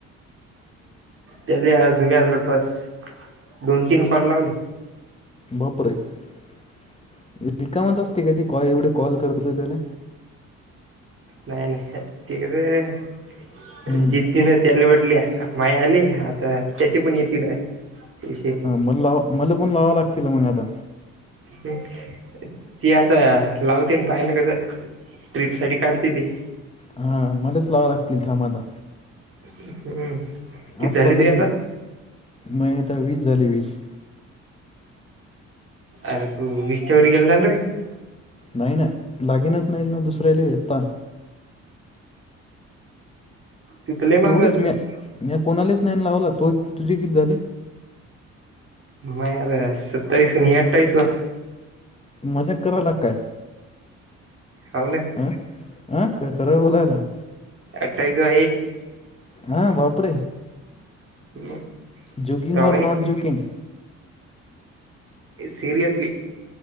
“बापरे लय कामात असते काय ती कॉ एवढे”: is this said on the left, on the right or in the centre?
Left